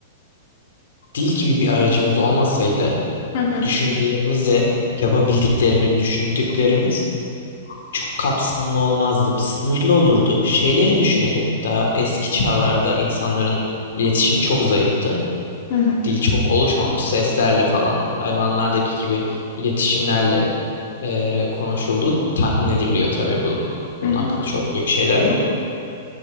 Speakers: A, on the left; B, on the left.
A: dil gibi bir aracımız olmasaydı
B: hı hı,
A: düşüncelerimizle yapabildiklerimiz, düşündüklerimiz çok kapsamlı olmazdı. Sınırlı olurdu. Şeyleri düşünelim. Daha eski çağlarda insanların iletişimi çok zayıftı.
B: hı hı,
A: Dil çok oluşmamış. Seslerle falan hayvanlardaki gibi iletişimlerle eee konuşulduğu tahmin ediliyor tabii bu. Bunun
B: hı hı.
A: hakkında çok büyük şeyler yok.